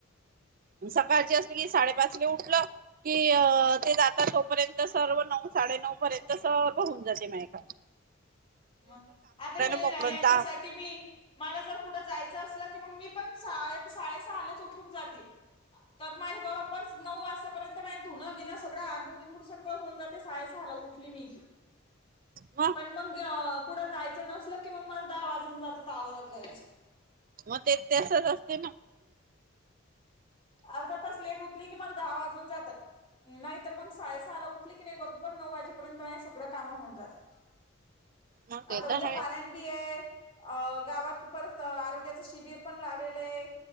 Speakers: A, on the right (about 45°); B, on the left (about 30°).
A: सकाळची असली की साडेपाचले उठलं की ते जाता तोपर्यंत सर्व नऊ साडेनऊ र्यंत बघून जाे मा का
B: मग आता हे
A: मोकळून
B: यांच्यासाठी
A: जा
B: मी मला जर कुठं जायचं असलं की मग मी पण साडेसहालाच उठून जातील तर माझ बरोबर नऊ वाजतापर्यंत मा धुनं घेणं सगळं आंगुळ विंगूड सगळं होऊन जाते सायसहाला उठ ी
A: मग
B: पण मंग क पुढं जायचं नसल की मग मला दहा वाजून जात आवरलायचं
A: मग ते ते असच असते ना
B: अर्धा तास लेट उतली कि मला दहा वाजून जातात नाही तर मग साडेसहाला उठली की नाही बरोबर नऊ वाजेपर्यंत सगळं कामं होऊन जातात
A: मग ते
B: आता
A: तर
B: उद्या
A: आहे
B: पाारणबी आहे अ गावात परत आरोग्याच शिबीर पण लालय